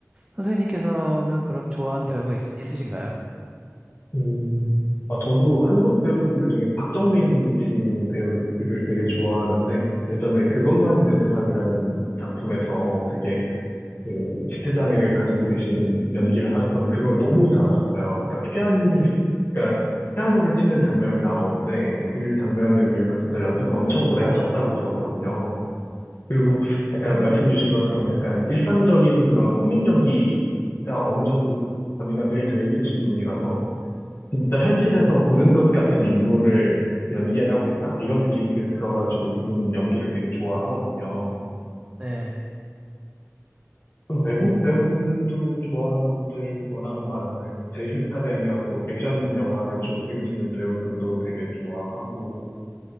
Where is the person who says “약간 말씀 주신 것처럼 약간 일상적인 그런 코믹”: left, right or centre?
Left